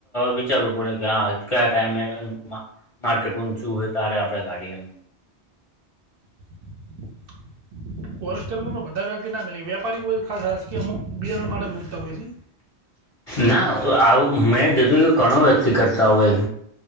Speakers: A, on the left; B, on the right.
A: વિચારવું પડે કે હા કયા ટાઈમેમ માર્કેટ ઊંચું હોય ત્યારે આપણેે કાઢી એમ
B: ટ.. કોલ્ડસ્ટોરેજ બધા વ્યક્તિ ના મેલે વેપારી ખાસ રાજકી અમુક બિયારણ માટે મૂકતા હોય છે
A: ના આવું મેં જીધું એ ઘણો વ્યક્તિ કરતા હોય